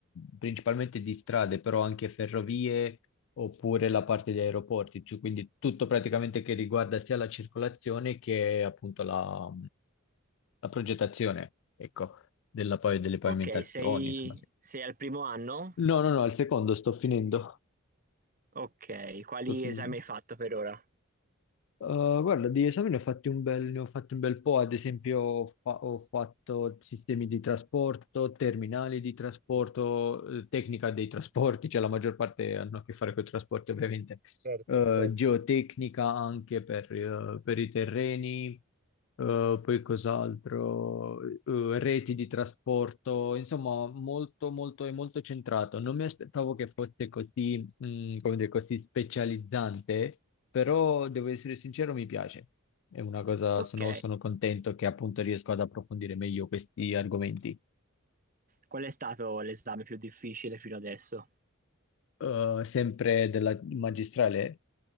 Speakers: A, on the left; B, on the right.
A: principalmente di strade, però anche ferrovie oppure la parte di aeroporti, cioè, quindi tutto praticamente che riguarda sia la circolazione che appunto la, la progettazione, ecco, della, poi, delle pavimentazioni,
B: ok, sei,
A: insomma. sì.
B: sei al primo anno?
A: No, no, no, il secondo sto finendo.
B: Ok, quali
A: Sto finendo.
B: esami hai fatto per ora?
A: Eh, guarda, di esami ne ho fatti un bel, ne ho fatti un bel po', ad esempio ho, fa- ho fatto sistemi di trasporto, terminali di trasporto, eh, tecnica dei trasporti, cioè la maggior parte hanno a che fare con i trasporti ovviamente,
B: Certo,
A: Eh,
B: certo.
A: geotecnica anche per, eh, per i terreni, eh, poi cos'altro, Eh, reti di trasporto, insomma molto molto è molto centrato. Non mi aspettavo che fosse così mh, come dire, così specializzante, però devo essere sincero, mi piace. È una cosa,
B: Ok,
A: sono, sono contento che appunto riesco ad approfondire meglio questi argomenti.
B: qual è stato l'esame più difficile fino adesso?
A: Eh, sempre della magistrale?